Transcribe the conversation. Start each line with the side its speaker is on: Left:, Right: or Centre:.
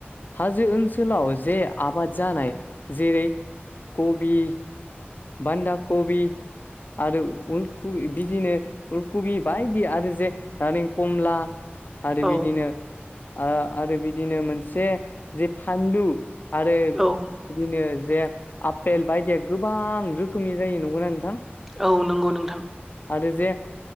Left: हाजो ओनसोलाव जे आबाद जानाय जेरै कबि बान्दा कबि आरो उलखु बिदिनो पुलकबि बायदि आरो जे नारें कमला आरो बिदिनो
Centre: औ
Left: आरो बिदिनो मोनसे जे फानलु आरो बिदिनो
Centre: औ
Left: जे आपेल बायदिया गोबां रोखोमनि जायो नंगौना नोंथां
Centre: औ नंगौ नोंथां
Left: आरो जे